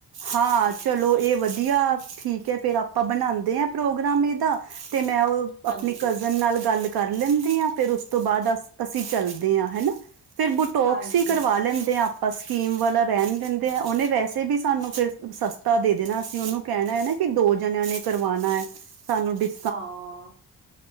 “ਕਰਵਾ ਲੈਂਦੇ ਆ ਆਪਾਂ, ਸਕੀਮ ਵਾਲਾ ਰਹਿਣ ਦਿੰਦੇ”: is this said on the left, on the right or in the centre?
Right